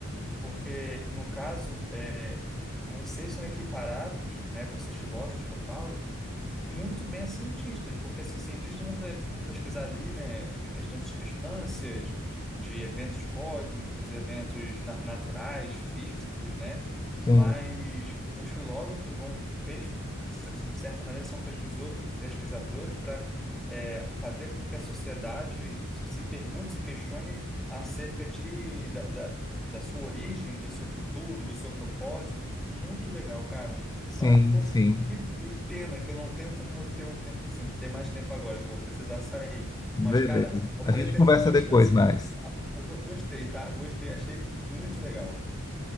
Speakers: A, in the centre; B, on the left (about 15°).
A: porque no caso é, vocês são equiparados, né? Vocês filósofos que eu falo, muito bem a cientistas, porque assim, cientistas vão, pre- vão pesquisar ali, né, a questão de substâncias, de eventos cósmicos, eventos na- naturais, físicos, né?
B: Sim,
A: Mas os filósofos vão, pes- de certa maneira, são pesquisadores, pesquisadores para fazer com que a sociedade se pergunte, se questione acerca de, da, da, da sua origem, do seu futuro, do seu propósito. Muito legal, cara.
B: sim,
A: Mas, pô,
B: sim.
A: que que pena que eu não tenho como ter um tempo assim, ter mais tempo agora, que eu vou precisar sair.
B: Beleza.
A: Mas, cara, eu
B: A
A: pretendo
B: gente conversa
A: <laughs> continuar
B: depois
A: esse
B: mais.
A: esse papo. Eu go- gostei, tá? Gostei, achei muito legal.